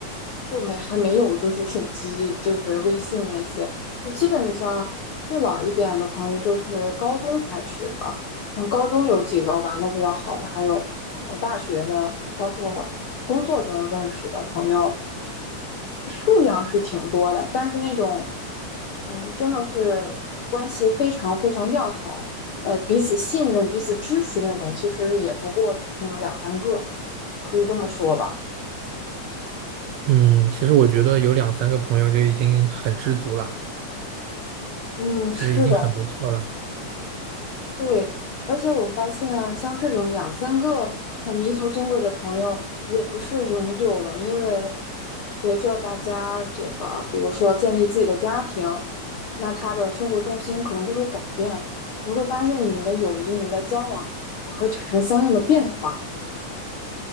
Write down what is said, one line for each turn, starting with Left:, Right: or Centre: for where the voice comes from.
Left: 就没还没有就是手机，就是微信那些，就基本上最老一点的朋友就是高中开始的，像高中有几个玩的比较好的，还有呃大学的，包括工作中认识的朋友，数量是挺多的，但是那种，嗯，真的是关系非常非常要好，呃，彼此信任、彼此支持那种，其实也不过那么两三个，可以这么说吧。
Right: 嗯，其实我觉得有两三个朋友就已经很知足了，
Left: 嗯，
Right: 就是已经很不错了。
Left: 是的，对，而且我发现啊，像这种两三个很弥足珍贵的朋友，也不是永久的，因为随着大家这个，比如说建立自己的家庭，那他的生活重心可能就会改变，就会发现你们的友谊、你们的交往也会产生相应的变化。